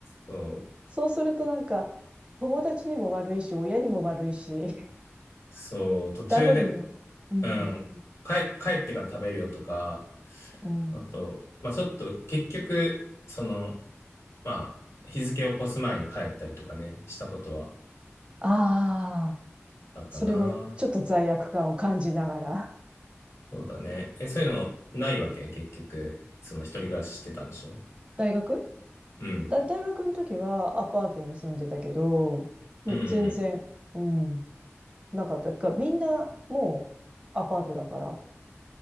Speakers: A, on the left; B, on the right.
A: そう、
B: そうするとなんか、友達にも悪いし、親にも悪いし、<laughs>
A: そう、途中で、
B: ダブルの、うん、
A: うん、帰、帰ってから食べるよとか、
B: うん。
A: あと、まあちょっと、結局、その、まあ、日付を越す前に帰ったりとかね、したことは
B: ああ、
A: あったな。
B: それもちょっと罪悪感を感じながら。
A: そうだね。え、そういうのないわけ結局、その一人暮らししてたんでしょ
B: 大学
A: うん。
B: だ、大学の時はアパートに住んでたけど、もう全然、
A: うんうん。
B: うん、なかった。てか、みんなもうアパートだから、